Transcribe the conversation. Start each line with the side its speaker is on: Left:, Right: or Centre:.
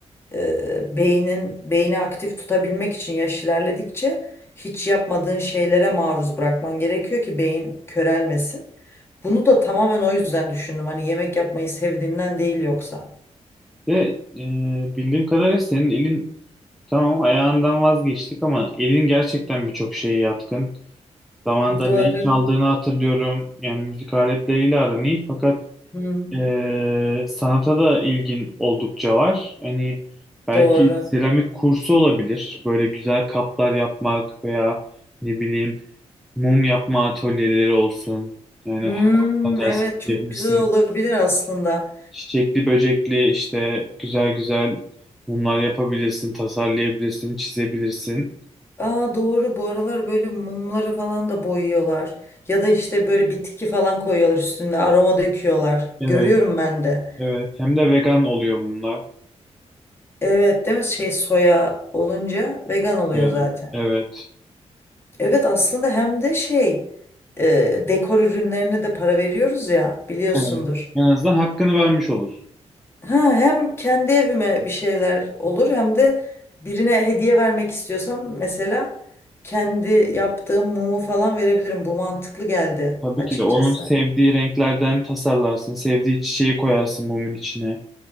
Left: E, beynin beyni aktif tutabilmek için yaş ilerledikçe hiç yapmadığın şeylere maruz bırakman gerekiyor ki beyin körelmesin. Bunu da tamamen o yüzden düşündüm. Hani yemek yapmayı sevdiğimden değil yoksa.
Centre: de e, bildiğim kadarıyla senin elin tamam ayağından vazgeçtik ama elin gerçekten birçok şeye yatkın. Zamanında
Left: Doğru.
Centre: neyi çaldığını hatırlıyorum. Yani müzik aletleriyle aran iyi fakat
Left: Hı,
Centre: eee, sanata da ilgin oldukça var. Hani belki
Left: doğru.
Centre: seramik kursu olabilir. Böyle güzel kaplar yapmak veya ne bileyim mum yapma atölyeleri olsun. Yani
Left: Hmm,
Centre: her hafta
Left: evet
Centre: ders
Left: çok
Centre: verebilirsin.
Left: güzel olabilir aslında.
Centre: Çiçekli böcekli işte güzel güzel mumlar yapabilirsin, tasarlayabilirsin, çizebilirsin.
Left: Aa doğru bu aralar böyle mumları falan da boyuyorlar. Ya da işte böyle bitki falan koyuyorlar üstünde aroma döküyorlar.
Centre: Evet,
Left: Görüyorum ben de.
Centre: evet. Hem de vegan oluyor mumlar.
Left: Evet değil mi? Şey soya olunca vegan oluyor
Centre: Bu yana.
Left: zaten.
Centre: Evet.
Left: Evet aslında hem de şey e, dekor ürünlerine de para veriyoruz ya biliyorsundur.
Centre: Evet. En azından hakkını vermiş olur.
Left: Ha, hem kendi evime bir şeyler olur hem de birine hediye vermek istiyorsam mesela kendi yaptığım mumu falan verebilirim. Bu mantıklı geldi
Centre: Tabii
Left: açıkçası.
Centre: ki de onun sevdiği renklerden tasarlarsın. Sevdiği çiçeği koyarsın mumun içine.